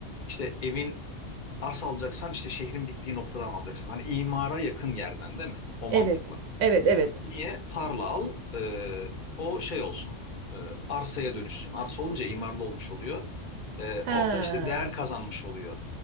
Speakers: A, on the left; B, on the right.
A: işte evin arsa alacaksan işte şehrin bittiği noktadan alacaksın. Hani imara yakın yerden değil mi? O
B: Evet.
A: mantıkla.
B: Evet, evet.
A: Niye? Tarla al, e, o şey olsun, e, arsaya dönüşsün. Arsa olunca imarlı olmuş oluyor. E,
B: He.
A: orada
B: Yani
A: işte değer kazanmış oluyor.